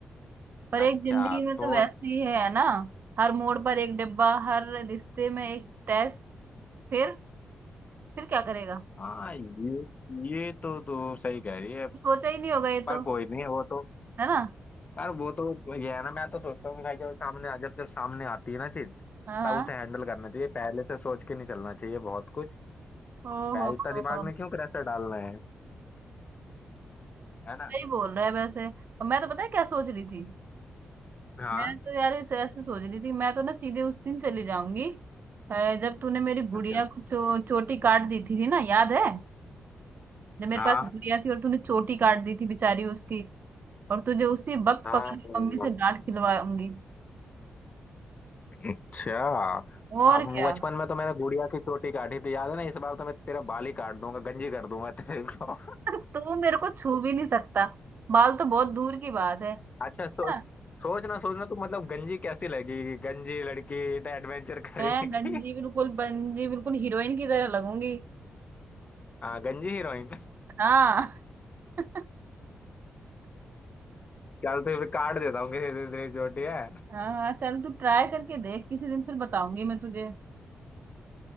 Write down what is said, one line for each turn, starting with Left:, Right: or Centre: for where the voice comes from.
Right: पर एक
Left: अच्छा
Right: जिंदगी में तो
Left: तो
Right: वैसे ही है ना हर मोड़ पर एक डिब्बा हर रिश्ते में एक टेस्ट फिर फिर क्या करेगा
Left: हाँ ये ये तो तू सही कह रही है
Right: सोचा ही नहीं होगा ये
Left: पर
Right: तो
Left: कोई नहीं वो तो
Right: है ना
Left: यार वो तो ये है ना मैं तो सोचता हूँ कि भाई जब सामने आ जब जब सामने आती है ना चीज
Right: हाँ
Left: तब
Right: हाँ
Left: उसे हैंडल करना चाहिए पहले से सोच के नहीं चलना चाहिए बहुत कुछ
Right: ओहो
Left: पहले इतना दिमाग
Right: हो
Left: में क्यों प्रेशर डालना है है ना
Right: सही बोल रहा है वैसे और मैं तो पता है क्या सोच रही थी
Left: हाँ
Right: मैं तो यार ऐसे ऐसे सोच रही थी मैं तो ना सीधे उस दिन चली जाऊंगी अ, जब तूने मेरी गुड़िया
Left: अच्छा
Right: को चो, चोटी काट दी थी, थी ना याद है जब मेरे
Left: हाँ
Right: पास गुड़िया थी और तूने चोटी काट दी थी बेचारी उसकी और तुझे उसी वक्त
Left: हाँ
Right: पकड़
Left: हाँ।
Right: के मम्मी से डांट खिलवाऊंगी
Left: अच्छा
Right: और
Left: अब
Right: क्या
Left: बचपन में तो मैंने गुड़िया की चोटी काटी थी याद है ना इस बार तो मैं तेरा बाल ही काट दूंगा गंजी कर दूंगा तेरे को
Right: <laughs> तू मेरे को छू भी नहीं सकता बाल तो बहुत दूर की बात है
Left: <laughs> अच्छा
Right: ना?
Left: सो सोचना सोचना तो मतलब गंजी कैसी लगेगी गंजी लड़की एडवेंचर करेगी
Right: मैं गंजी
Left: <laughs>
Right: बिल्कुल बंजी बिल्कुल हीरोइन की तरह लगूंगी
Left: हाँ गंजी हीरोइन
Right: हाँ <laughs>
Left: चल तो फिर काट देता हूँ किसी दिन तेरी चोटी है
Right: हाँ हाँ, चल तू ट्राई करके देख किसी दिन फिर बताऊंगी मैं तुझे